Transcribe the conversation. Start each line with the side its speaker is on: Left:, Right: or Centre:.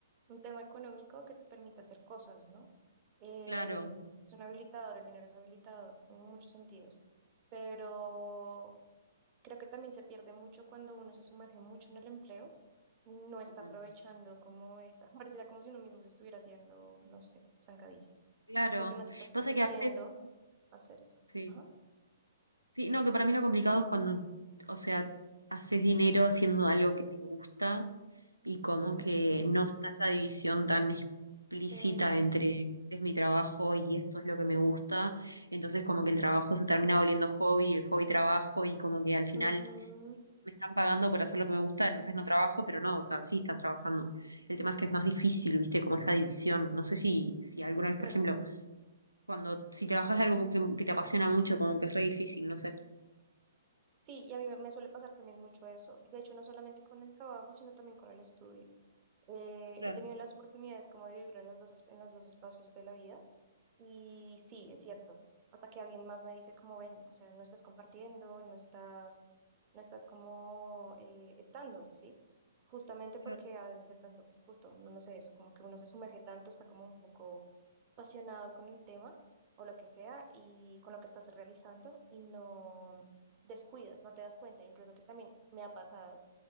Right: un tema económico que te permita hacer cosas, ¿no? Eh,
Left: Claro,
Right: es un habilitador, el dinero es habilitador en muchos sentidos, pero creo que también se pierde mucho cuando uno se sumerge mucho en el empleo y no está
Left: Ujú.
Right: aprovechando como esa, <laughs> pareciera como si uno mismo se estuviera haciendo, no sé, zancadilla,
Left: claro.
Right: porque no te estás permitiendo
Left: Pasa que a veces,
Right: hacer eso.
Left: sí.
Right: Ajá.
Left: Sí, no, que para mí lo complicado es cuando, o sea, haces dinero haciendo algo que te gusta y como que
Right: Ujú.
Left: no está esa división tan explícita
Right: Eh,
Left: entre este es mi trabajo y esto es lo que me gusta. Entonces como que el trabajo se termina volviendo hobby, el hobby trabajo y como que al final
Right: ujú,
Left: decís, me están pagando por hacer lo que me gusta, entonces no trabajo, pero no, o sea, sí estás trabajando. El tema es que es más difícil, viste, como esa división. No sé si, si alguna vez,
Right: claro.
Left: por ejemplo, cuando si trabajas de algo que, que te apasiona mucho, como que es re difícil, no sé.
Right: Sí, y a mí me me suele pasar también mucho eso. De hecho, no solamente con el trabajo, sino también con el estudio. Eh,
Left: Claro,
Right: he tenido las oportunidades como de vivirlo en los dos, es- en los dos espacios de la vida. Y sí, es cierto. Hasta que alguien más me dice cómo ven, o sea, no estás compartiendo, no estás, no estás como eh, estando, ¿sí? Justamente
Left: claro,
Right: porque a veces de pronto, justo, no, no sé eso, como que uno se sumerge tanto, está como un poco apasionado con el tema o lo que sea y con lo que estás realizando y no descuidas, no te das cuenta, incluso que también me ha pasado